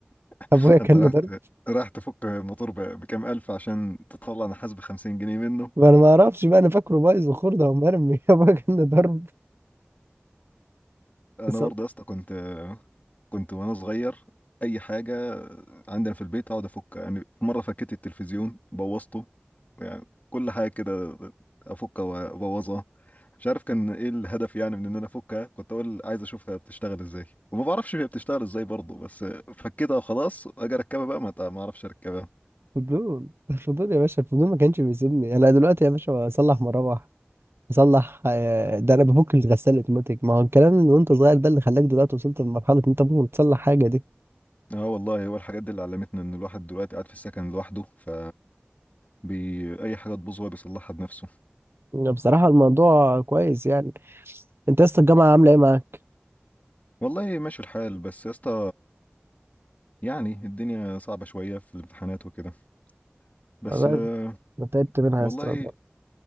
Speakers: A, on the right (about 75°); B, on the left (about 40°).
A: ابويا
B: <laughs>
A: كان
B: انت راح
A: ضرب
B: ت- راح تفك الموتور ب- بكام الف عشان تطلع نحاس ب 50 جنيه منه
A: وانا ما اعرفش بقى انا فاكره بايظ وخرده ومرمي <laughs> ابويا كان ضرب
B: انا
A: فصل-
B: برضه يا اسطى كنت كنت وانا صغير اي حاجه عندنا في البيت اقعد افك يعني في مره فكيت التلفزيون بوظته يعني كل حاجه كده افكها وابوظها مش عارف كان ايه الهدف يعني من ان انا افكها كنت اقول عايز اشوفها بتشتغل ازاي وما بعرفش هي بتشتغل ازاي برضه بس فكيتها وخلاص اجي اركبها بقى ما تع- ما اعرفش اركبها
A: فضول الفضول يا باشا الفضول ما كانش بيسيبني انا دلوقتي يا باشا اصلح مراوح اصلح آه، ده انا بفك الغساله اوتوماتيك ما هو الكلام اللي وانت صغير ده اللي خلاك دلوقتي وصلت لمرحله ان انت ممكن تصلح حاجه دي
B: اه والله هو الحاجات دي اللي علمتنا ان الواحد دلوقتي قاعد في السكن لوحده ف بي- اي حاجه تبوظ هو بيصلحها بنفسه
A: بصراحه الموضوع كويس يعني انت يا اسطى الجامعه عامله ايه معاك؟
B: والله ماشي الحال بس يا اسطى يعني الدنيا صعبة شوية في الامتحانات وكده بس
A: والله
B: آه،
A: انا تعبت منها
B: والله
A: يا اسطى